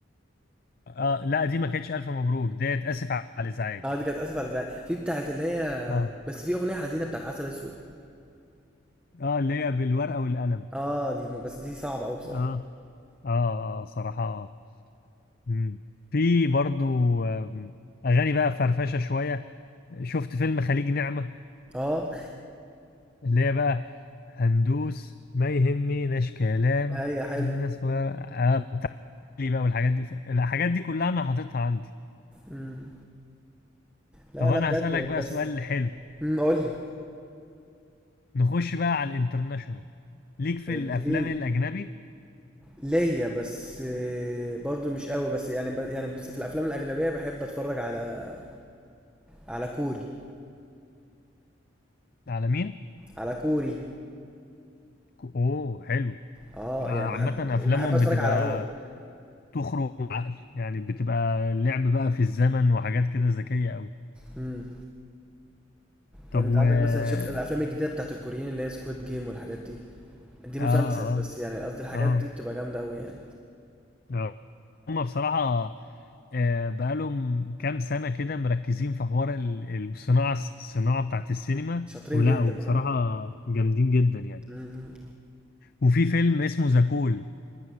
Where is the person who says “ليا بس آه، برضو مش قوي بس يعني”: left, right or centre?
Centre